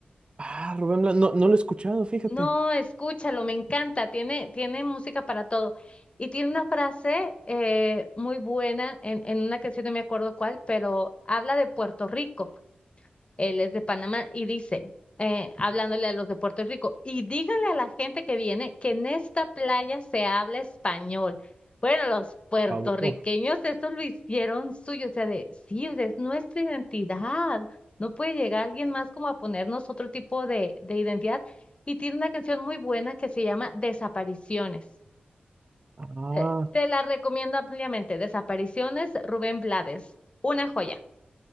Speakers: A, on the right; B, on the left.
A: Ah, Rubén Blas, no, no lo he escuchado, fíjate.
B: No, escúchalo, me encanta, tiene, tiene música para todo. Y tiene una frase eh, muy buena en, en una canción, no me acuerdo cuál, pero habla de Puerto Rico. Él es de Panamá y dice, eh, hablándole a los de Puerto Rico, y díganle a la gente que viene que en esta playa se habla español. Bueno, los puertorriqueños
A: Por favor.
B: eso lo hicieron suyo, o sea, de, sí, o sea, es nuestra identidad. No puede llegar alguien más como a ponernos otro tipo de, de identidad. Y tiene una canción muy buena que se llama Desapariciones.
A: Ah,
B: Te, te la recomiendo ampliamente. Desapariciones, Rubén Blades. Una joya.